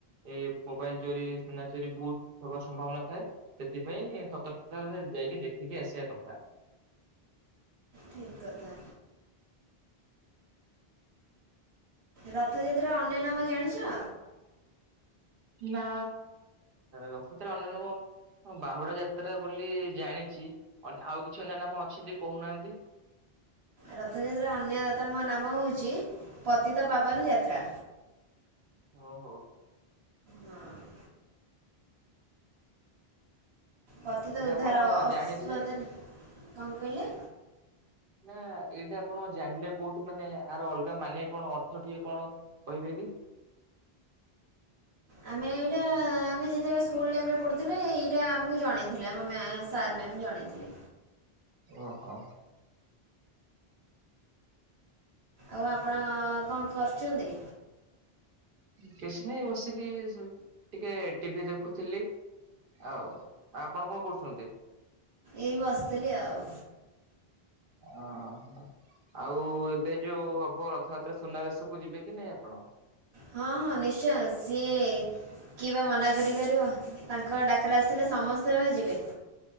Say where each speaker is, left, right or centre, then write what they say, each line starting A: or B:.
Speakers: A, on the right; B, on the right.
A: ଏ ମୋବାଇଲ୍ ଚୋରି ସୁନା ଚୋରି ବହୁତ୍ ହବାର ସମ୍ଭାବନା ଥାଏ। ସେଥିପାଇଁ ସତର୍କତାରେ ଯାଇକି ଦେଖିକି ଆସିବା କଥା।
B: ଠିକ୍ କଥା। ରଥଯାତ୍ରାର ଅନ୍ୟ ନାମ ଜାଣିଚ?
A: ନା ରଥଯାତ୍ରାର ଅନ୍ୟ ନାମ ହଁ ବାହୁଡା ଯାତ୍ରା ବୋଲି ଜାଣିଚି ଅନ୍ -ଆଉ କିଛି ଅନ୍ୟ ନାମ ଅଛି ଯଦି କହୁନାହାନ୍ତି।
B: ରଥଯାତ୍ରାର ଅନ୍ୟତମ ନାମ ହଉଚି ପତିତ ପାବନ ଯାତ୍ରା।
A: ଓହୋ।
B: ହଁ। ପତିତ
A: ଏଇଟା
B: ଉଦ୍ଧାର
A: ଆପଣ
B: ଅଶ୍ୱତନି
A: ଜାଣିଲେ
B: କଣ କହିଲେ?
A: ନା ଏଇଟା ଆପଣ ଜାଣିଲେ କଉଠୁ ମାନେ ଆର ଅଲଗା ମାନେ କଣ ଅର୍ଥ ଟିକେ କଣ କହିବେ କି?
B: ଆମେ ଏଇଟା ଆମେ ଯେତେବେଳେ ସ୍କୁଲ୍ ଟାଇମ୍ ରେ ପଢୁଥିଲେ ଏଇଟା ଆମକୁ ଜଣେଇଥିଲେ ଆମ ମ୍ୟା ସାର୍। ମ୍ୟାମ୍ ଜଣେଇଥିଲେ।
A: ଓହୋ।
B: ଆଉ ଆପଣ କଣ କରୁଚନ୍ତି?
A: କିଛି ନାଇ ବସିକି ସି- ଟିକେ ଟିଭି ଦେଖୁଥିଲି। ଆଉ ଆପଣ କଣ କରୁଛନ୍ତି?
B: ଏଇ ବସିଥିଲି ଆଉ।
A: ଅ ହ। ଆଉ ଏବେ ଯଉ ହବ ରଥଯାତ୍ରା ସୁନାବେଶ କୁ ଯିବେ କି ନାଇଁ ଆପଣ?
B: ହଁ ହଁ ନିଶ୍ଚୟ ସିଏ କିଏ ବା ମନା କରିପାରିବ ତାଙ୍କ ଡାକରା ଆସିଲେ ସମସ୍ତେ ବା ଯିବେ।